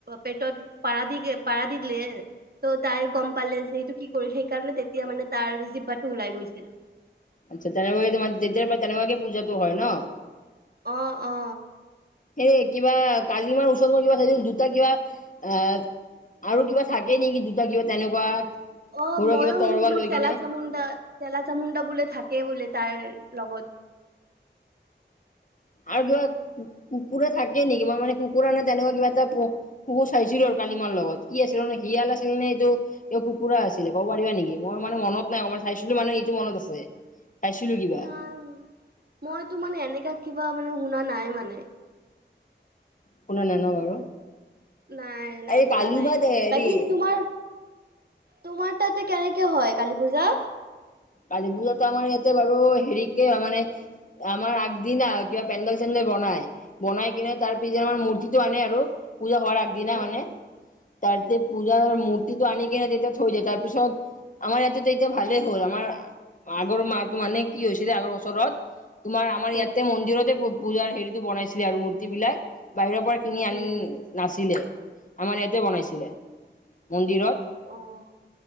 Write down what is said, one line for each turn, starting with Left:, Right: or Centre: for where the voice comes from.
Right: পেটত পাৰা দি পাৰা দিলে ত' তাই গম পালে যে সেইটো কি কৰিল সেই কাৰণে তেতিয়া মানে তাৰ জিভাতোওলাই গৈছিল
Left: আচ্া <unintelligible> তেনেুৱাগেোমাৰ <unintelligible> দে প তেনেকুৱাগে পূজাটো হয় ন
Right: অ অ অ
Left: সে কিবা কালিমাৰ ওচৰত মই কিবা থাক দুটা কিবা আহ আৰু কিবা থাকে নেকি দুতা কিবা তেনেকুৱা
Right: অ
Left: সৰু
Right: ময়ো
Left: কিবা
Right: শুনিছো
Left: তৰৱা
Right: মানে
Left: লৈ
Right: চেলা
Left: কিনে
Right: চামুণ্ডা চেলা চামুণ্ডা বোলে থাকে বোলে তাই লগত
Left: আৰু কিবা কুকুৰা থাকে নেকি বা মানে কুকুৰা ন তেনেকুৱা কিবা এটা তোকো চাইছিলো আৰু কালিমাৰ লগত কি আছিল ন শিয়াল আছিল নে এইটো কিয় কুকুৰা আছিলে কব পাৰা নেকি? মই মানে মনত নাই <unintelligible> চাইছিলো মানে সেইটো মনত আছে। চাইছিলোঁ কিবা
Right: নাই, মইতো মানে এনেকা কিবা মানে শুনা নাই মানে।
Left: শুনা নাই ন বাৰু?
Right: নাই নাই
Left: এই
Right: শুনা
Left: কালিমাত
Right: নাই,
Left: হেৰি
Right: বাকী তোমাৰ তোমাৰ তাতে কেনেকে হয় কালী পূজা?
Left: কালী পূজাটো আমাৰ ইয়াতে বাৰু হেৰিকে মানে আমাৰ আগদিনা আৰু কিবা পেণ্ডেল - চেণ্ডেল বনাই। বনাই কিনে তাৰ পিছদিনা আমাৰ মূৰ্তিটো আনে আৰু পূজা হোৱাৰ আগদিনা
Right: উম
Left: মানে। তাৰতে পূজাৰ মূৰ্তিটো আনি কিনে যেতিয়া থৈ দিয়ে তাৰপিছত আমাৰ ইয়াতেতো এতিয়া ভালে হ'ল, আমাৰ আ আগৰ মাহটো মানে কি হৈছিলে আগৰ বছৰত, তোমাৰ আমাৰ
Right: উম
Left: ইয়াতে মন্দিৰতে পু পূজাৰ হেৰিতো বনাইছিলে আৰু মূৰ্তিবিলাক, বাহিৰৰ পৰা কিনি
Right: উম
Left: আন নাছিলে, আমাৰ ইয়াতে বনাইছিলে, মন্দিৰত।
Right: অঁ'।